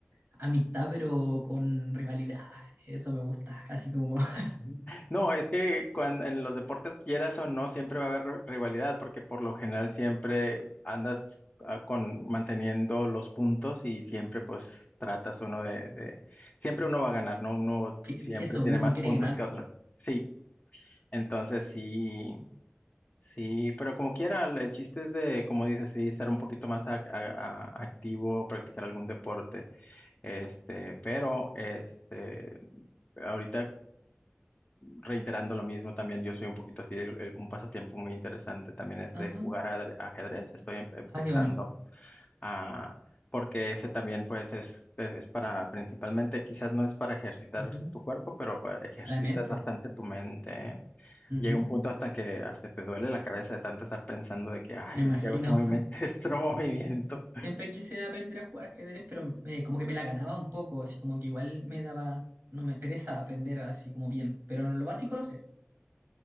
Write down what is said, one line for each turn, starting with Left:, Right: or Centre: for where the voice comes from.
Right: amistad, pero con rivalidad. Eso me gusta. Así como <laughs>
Left: Ujú. No, es que cuando, en los deportes, quieras o no, siempre va a haber ri- rivalidad, porque por lo general siempre andas ah, con manteniendo los puntos y siempre pues tratas uno de, de- siempre uno va a ganar, ¿no? Uno
Right: que,
Left: siempre
Right: que eso,
Left: tiene
Right: uno
Left: más
Right: quiere
Left: puntos
Right: ganar.
Left: que otro.
Right: po.
Left: Sí, entonces sí, sí, pero como quiera, el el chiste es de, como dices, sí, ser un poquito más ac- a- a- activo, practicar algún deporte, este, pero este. Ahorita reiterando lo mismo, también yo soy un poquito así, el- el- un pasatiempo muy interesante también es
Right: Ajá.
Left: de jugar ad- ajedrez, estoy em- empezando
Right: Ah, qué bueno.
Left: a, porque ese también pues es, es para, principalmente quizás no es para ejercitar
Right: Ujú.
Left: tu cuerpo, pero pa- ejercitas
Right: A la mente.
Left: bastante tu mente, ¿eh?
Right: Ujú.
Left: Llega un punto hasta que hasta te duele la cabeza de tanto estar pensando de que, ay,
Right: Me
Left: güey,
Right: imagino.
Left: si hago este movimiento,
Right: <laughs>
Left: <laughs> este otro movimiento,
Right: Siempre quise aprender a jugar ajedrez, pero me- como que me la ganaba un poco, así como que igual me daba, no me pereza aprender así como bien, pero no, lo básico lo sé.